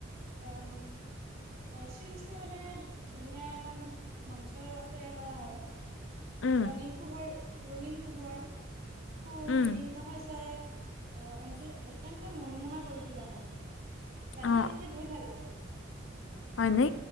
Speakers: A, on the right; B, on the left.
A: অম শ্ৰীকৃষ্ণৰ বাবে ধুনীয়া এখন মঞ্চ তৈয়াৰ কৰা হয়।
B: উম
A: ৰঙীন পোহৰ, ৰঙীন পোহৰ, ফুল
B: উম
A: বিভিন্ন সচৰে অ', অন্ত অত্যন্ত মনোমোহা কৰি তোলা হয়, ৰাতিৰ
B: অ
A: সময়ত বহুত ভাল লাগে।
B: হয় নে,